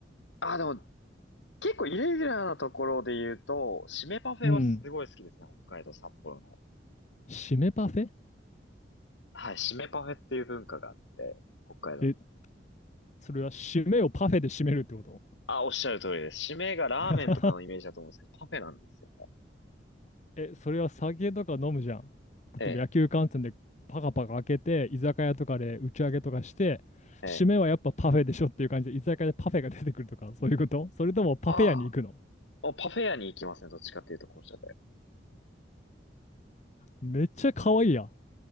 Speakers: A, on the left; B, on the left.
A: ああ、でも、結構イレギュラーなところで言うと、締めパフェはすごい好きですね。
B: うん。
A: 北海道札幌の。
B: 締めパフェ
A: はい、締めパフェっていう文化があって、北海道に。
B: え、それは締めをパフェで締めるってこと
A: あ、おっしゃる通りです。締めがラーメンとかのイメージだと思うんですけど、
B: <laughs>
A: パフェなんですよ。
B: え、それは酒とか飲むじゃん。例えば野球観戦でパカパカ開けて、
A: ええ、
B: 居酒屋とかで打ち上げとかして、
A: ええ。
B: 締めはやっぱパフェでしょっていう感じで、居酒屋でパフェが出てくるとか、そういうことそれともパフェ屋に行くの
A: ああ、おパフェ屋に行きますね。どっちかっていうと、こうした
B: めっちゃ可愛いやん。